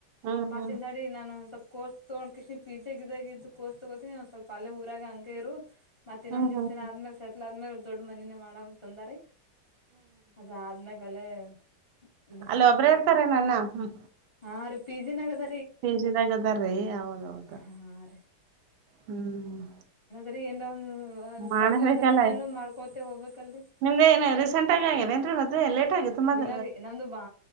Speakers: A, on the right (about 85°); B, on the left (about 30°).
A: ಹ್ಮ್
B: ಮಾತ್ತಿಂದಾಡಿ
A: ಹ್ಮ್
B: ನಾನು ಸ್ವಲ್ಪ ಕೋಸ್ ತಗೊಂಡ ಕಷ್ಣ ಪಿಜಗ ಇದಾಗ ಇದ್ದ ಕರ್ಸ್ ತಗೋತಿನನ ಒಂದ ಸ್ವಲ್ಪ ಅಲ್ಲೇ ಊರಗ ಹಂಗ ಇರು ಮತ್ತ ಇನ್ನೊಂದ
A: ಹ್ಮ್
B: ದಿವ್ಸಿನ
A: ಹ್ಮ್ ಹ್ಮ್
B: ಆದ್ಮೇಲೆ ಸೆಟ್ಲ್ ಆದ್ಮೇಲೆ ದೊಡ್ ಮನಿನೇ ಮಾಡಮ ಅಂತ ಅಂದರಿ ಅದ ಆದ್ಮಲಾ ಅಲ್ಲೇ ಇದು
A: ಅಲ್ಲ
B: ಹಾಕ್ತಿವ್ರಿ
A: ಒಬ್ರ ಇರ್ತಾರೆ ನನ್ನ ಹ್ಮ್
B: ಹಾ ರೀ ಪಿ ಜಿ ನಗದ
A: ಕೆೇಜಿದಾಗದಾರೀ ಹೌದೌದ
B: ಹಾ ರೀ
A: ಹ್ಮ್
B: ಅ ಎ
A: ಮಾಡಬೇಕಲ್ಲ
B: ಸೆಟ್ಲ್ ಆಗತ್ತೇನ ಮಾಡ್ಕೋತೆೇ ಹೋಗ್ಬೇಕಲ್ರರಿ
A: ನಿಮ್ದ ಏನ ರೀಸೆಂಟ್ ಆಗಿ ಆಗ್ಯದೇನ್ರಿ ಮದ್ವೆ ಲೇಟ್ ಆಗಿತ್ತು ಮದ್ವೆ.
B: ಇಲ್ಲರಿೀ ನಮ್ದು ಬಾ